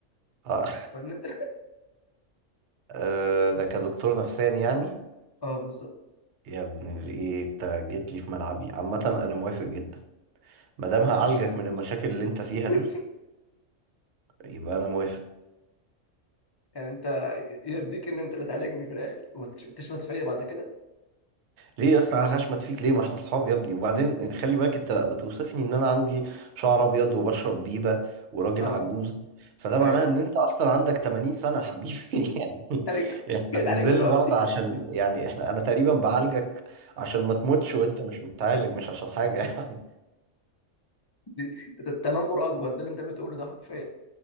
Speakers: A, on the right; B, on the left.
A: اه
B: وإن أنت
A: آه، ده كدكتور نفساني يعني
B: اه بالظبط
A: يا ابن الايه انت جيت لي في ملعبي عامة انا موافق جدا ما دام هعالجك
B: ماشي
A: من المشاكل اللي انت فيها
B: <laughs>
A: دي يبقى انا موافق
B: يعني أنت يرضيك إن أنت اللي تعالجني في الآخر وتش- وتشمت فيا بعد كده
A: ليه يا اسطى هشمت فيك ليه ما احنا اصحاب يا ابني وبعدين خلي بالك انت بتوصفني ان انا عندي شعر ابيض وبشرب بيبة وراجل
B: اه
A: عجوز فده
B: أيوه
A: معناه ان انت اصلا عندك 80 سنة يا حبيبي <laughs> يعني
B: أنا ج- <laughs>
A: احنا
B: جيت
A: بنذل
B: عليك دلوقتي
A: بعض عشان
B: <laughs>
A: يعني احنا انا تقريبا بعالجك عشان ما تموتش وانت مش متعالج مش عشان حاجة يعني.
B: دي- ده التنمر أكبر ده اللي أنت بتقوله ده حرفيا